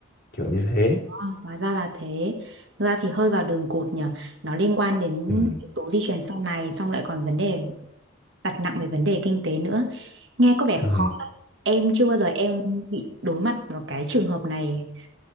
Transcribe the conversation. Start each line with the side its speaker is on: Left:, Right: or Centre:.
Left: kiểu như thế
Right: à, hóa ra là thế. Thực ra thì hơi vào đường cụt nhỉ. Nó liên quan đến
Left: ừ.
Right: yếu tố di truyền sau này, xong lại còn vấn đề đặt nặng về vấn đề kinh tế nữa nghe có vẻ
Left: Ừ.
Right: khó thật. em chưa bao giờ em bị đối mặt vào cái trường hợp này